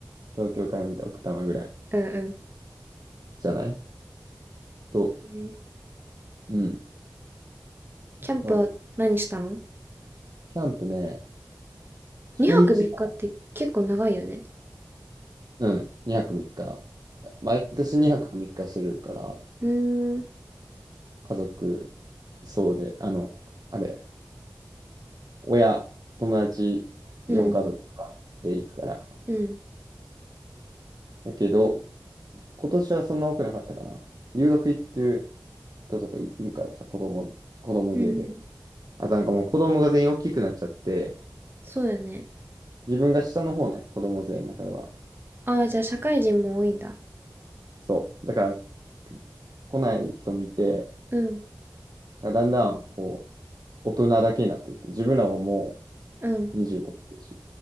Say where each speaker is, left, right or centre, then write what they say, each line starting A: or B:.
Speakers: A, on the right; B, on the right.
A: 東京から見た奥多摩ぐらい
B: うんうん。
A: じゃないと、
B: えー
A: うん。
B: キャンプは何したの
A: そうキャンプね、初日は、
B: ?2 泊3日って結構長いよね。
A: うん、2泊3日。毎年2泊3日してるから、
B: うーん。
A: 家族、そうで、あの、あれ、親、友達、
B: うん。
A: 4家族とかで行くから。
B: うん。
A: だけど、今年はそんな多くなかったかな。留学行ってる人とかいいるからさ、子供、子供勢で。
B: うん。
A: あとなんかもう子供が全員大きくなっちゃって、
B: そうよね。
A: 自分が下の方ね、子供勢の中では。
B: ああ、じゃあ社会人も多いんだ。
A: そう。だから、来ない人もいて、
B: うん。
A: だんだんこう大人だけになってって、自分らもも
B: うん。
A: う25歳だし、